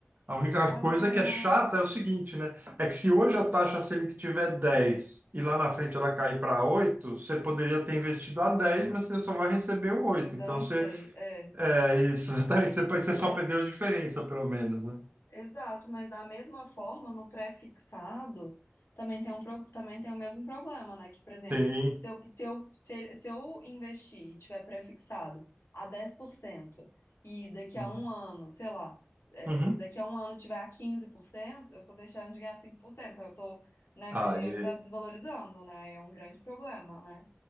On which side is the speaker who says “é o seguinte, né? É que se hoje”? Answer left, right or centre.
Right